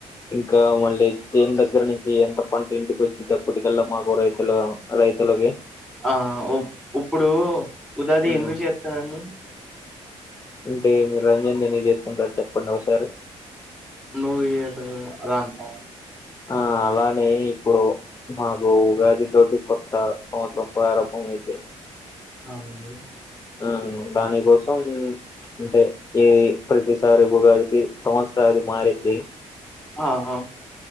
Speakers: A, on the left; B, in the centre.
A: ఇంకా మళ్ళీ చేన్ దగ్గర నుంచి ఎంత పంట ఇంటికి వచ్చే టప్పటికళ్ళ మాకు రైతుల రైతులకి
B: ఆ ఇప్పుడు ఉగాది
A: ఉమ్,
B: ఎందుకు చేస్తారండి
A: అంటే మీరు రంజాన్ ఎందుకు చేసుకుంటారు చెప్పండి ఒకసారి
B: నువ్వు ఈత లేవు అదంతా
A: ఆ అలానే ఇప్పుడు మాకు ఉగాది తోటి కొత్త సంవత్సరం ప్రారంభం మయితే
B: అవునండి
A: ఎ దానికోసం అంటే ఈ ప్రతిసారి ఉగాదికి సంవత్సరా ది మారిద్ది
B: ఆహా